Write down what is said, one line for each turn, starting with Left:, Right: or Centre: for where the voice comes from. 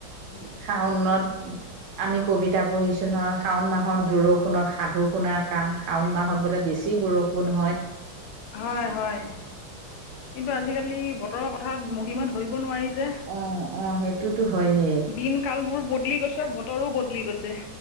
Left: উম
Right: শাওণত আমি কবিতা পঢ়িছোঁ নহয় শাওণ মাহত বৰষুণত সাধু শুণাক কাম শাওণ মাহত বোলে বেছি বৰষুণ হয়।
Left: হয় হয়। কিন্তু আজিকালি বতৰৰ কথাাত মহিমা ধৰিব নোৱাৰি যে
Right: অ অ সেইটোতো হয়ে।
Left: দিন কাল বোৰ বদলি গৈছে আৰু বতৰো বদলি গৈছে।